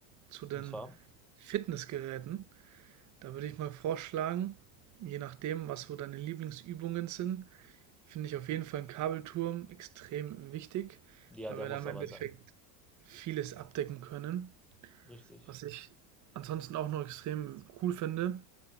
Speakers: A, on the right; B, in the centre.
A: zu den
B: und zwar,
A: Fitnessgeräten. Da würde ich mal vorschlagen, je nachdem, was so deine Lieblingsübungen sind, finde ich auf jeden Fall einen Kabelturm extrem wichtig,
B: ja,
A: weil
B: der
A: wir
B: muss
A: da im
B: dabei
A: Endeffekt
B: sein.
A: vieles abdecken können.
B: Richtig.
A: Was ich ansonsten auch noch extrem cool finde,